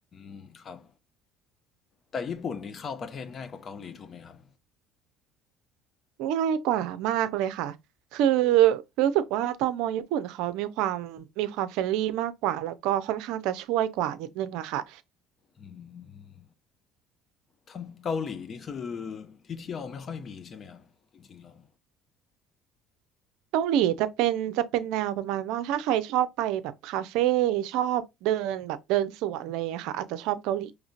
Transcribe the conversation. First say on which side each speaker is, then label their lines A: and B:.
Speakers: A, on the left; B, on the right.
A: มครับแต่ญี่ปุ่นนี่เข้าประเทศง่ายกว่าเกาหลีถูกไหมครับ
B: ง่ายกว่ามากเลยค่ะคือรู้สึกว่าตมญี่ปุ่นเขามีความมีความเฟรนลี่มากกว่าแล้วก็ค่อนข้างจะช่วยกว่านิดนึงอะค่ะ
A: อืมถ้าเกาหลีนี่คือที่เที่ยวไม่ค่อยมีใช่ไหมครับจริงๆแล้ว
B: เกาหลีจะเป็นจะเป็นแนวประมาณว่าถ้าใครชอบไปแบบคาเฟ่ชอบเดินแบบเดินสวนเลยอะรค่ะอาจจะชอบเกาหลี